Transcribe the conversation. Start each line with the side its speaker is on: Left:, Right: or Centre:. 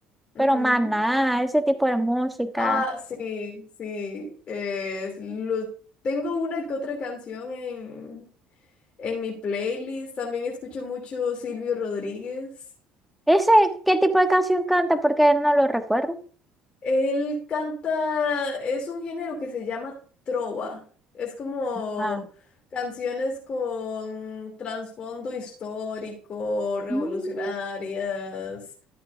Centre: pero
Left: Ujú.
Centre: más nada, ese tipo de música.
Left: Ah, sí, sí. es lo- tengo una que otra canción en, en mi playlist. También escucho mucho Silvio Rodríguez.
Centre: ¿Ese qué tipo de canción canta? Porque no lo recuerdo.
Left: Él canta, es un género que se llama trova. Es como
Centre: Ah.
Left: canciones con trasfondo histórico, revolucionarias
Centre: Mm.